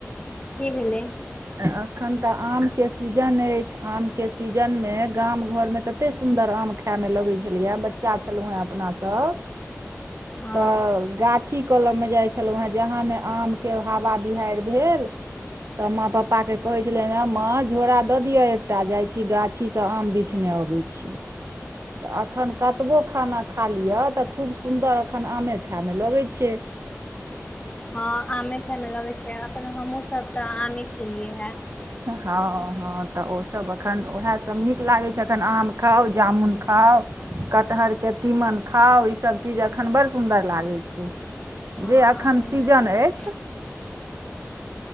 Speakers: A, on the left; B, on the right.
A: की भेलै।
B: एखन तऽ आमके सीजन अइछ आमके सीजनमे गाम घरमे तते सुन्दर आम खा खाए मे लगै छेलैय बच्चा छेलौ हेँ अपना सब।
A: हँ
B: तऽ गाछी कलम मे जाइ छेल हेंँ जहाँ ने आमके हवा बिहैर भेल। तऽ माँ पापा के कहेै छेलियैन हेंँ माँ झोरा दऽ दियअ एकटा जाइ छी गा छीसँ आम बिछने अबै छी। तऽ एखन कतबो खाना खा लिअ तऽ खूब सुन्दर एखन आमे खायइमे लगै छै।
A: हँ आमे खाय मे लगेै छै अखन हमहूँ सब तऽ आमे खेलियै हेंँ।
B: हँ। हँ तऽ ओसभ एखन ओएह सब नीक लागै छैय एखन आम खाउ, जामुन खाउ। कटहरके तीमन खाउ इसभ चीज एखन बडड सुन्दर लागै छैय।
A: हँ
B: जे एखन सीजन
A: उएहसभ
B: अछि।